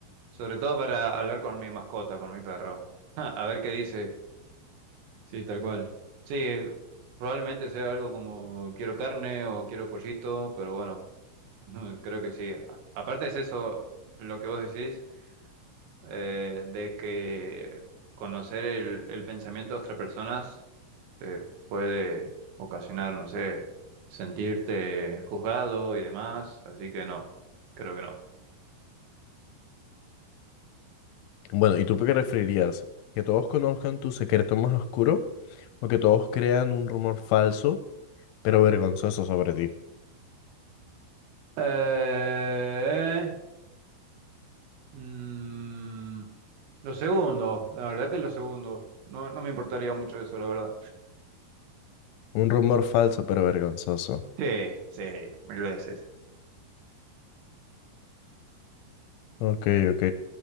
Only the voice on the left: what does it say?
<laughs> bueno, ¿y tú qué preferirías? ¿Que todos conozcan tu secreto más oscuro o que todos crean un rumor falso, pero vergonzoso sobre ti?
Un rumor falso, pero vergonzoso.
Ok, ok.